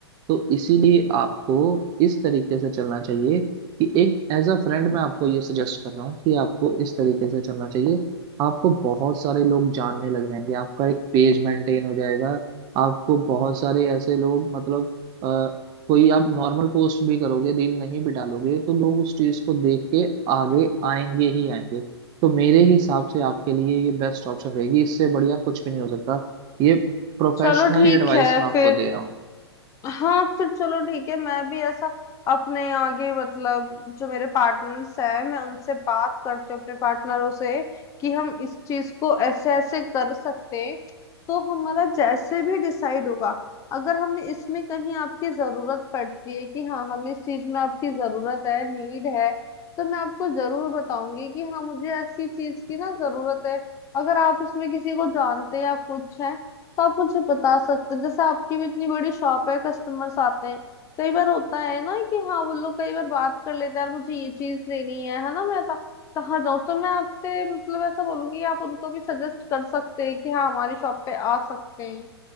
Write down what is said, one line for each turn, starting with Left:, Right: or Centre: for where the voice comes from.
Right: तो इसीलिए आपको इस तरीके से चलना चाहिए कि एक एज अ फ्रेंड मैं आपको ये सजेस्ट कर रहा हूँ कि आपको इस तरीके से चलना चाहिए आपको बहुत सारे लोग जानने लग जाएंगे आपका एक पेज मेंटेन हो जाएगा आपको बहुत सारे ऐसे लोग मतलब अ, कोई आप नॉर्मल पोस्ट भी करोगे रील नहीं भी डालोगे तो लोग उस चीज को देख के आगे आएंगे ही आएंगे तो मेरे हिसाब से आपके लिए ये बेस्ट ऑप्शन रहेगी इससे बढ़िया कुछ भी नहीं हो सकता ये प्रोफेशनली
Left: चलो ठीक
Right: एडवाइस
Left: है
Right: मैं आपको
Left: फिर
Right: दे रहा हूँ
Left: हाँ फिर चलो ठीक है मैं भी ऐसा अपने आगे मतलब जो मेरे पार्टनर्स हैं मैं उनसे बात करती हूँ अपने पार्टनरों से कि हम इस चीज को ऐसे ऐसे कर सकते हैं तो हमारा जैसे भी डिसाइड होगा अगर हमें इसमें कहीं आपकी जरूरत पड़ती है कि हाँ हमें इस चीज में आपकी जरूरत है नीड है तो मैं आपको जरूर बताऊंगी कि हाँ मुझे ऐसी चीज की ना जरूरत है अगर आप इसमें किसी को जानते हैं या कुछ है तो आप मुझे बता सकते हैं जैसे आपकी भी इतनी बड़ी शॉप है कस्टमर्स आते हैं कई बार होता है ना कि हाँ वो लोग कई बार बात कर लेते हैं यार मुझे ये चीज लेनी है है ना मैं ता- कहाँ जाऊँ तो मैं आपसे मतलब ऐसा बोलूंगी कि आप उनको भी सजेस्ट कर सकते हैं कि हाँ हमारी शॉप पे आ सकते हैं